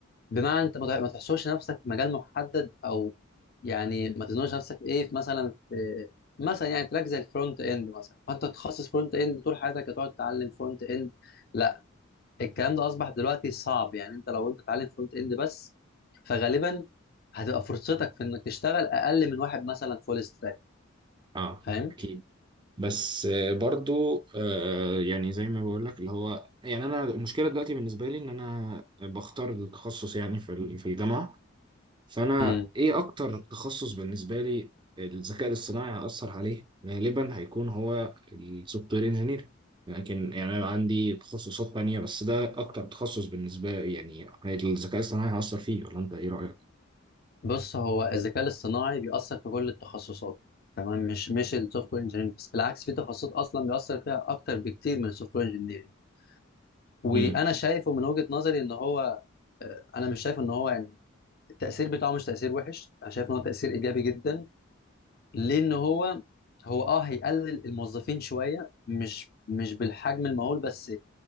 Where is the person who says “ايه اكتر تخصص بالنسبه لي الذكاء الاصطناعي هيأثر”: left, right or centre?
Right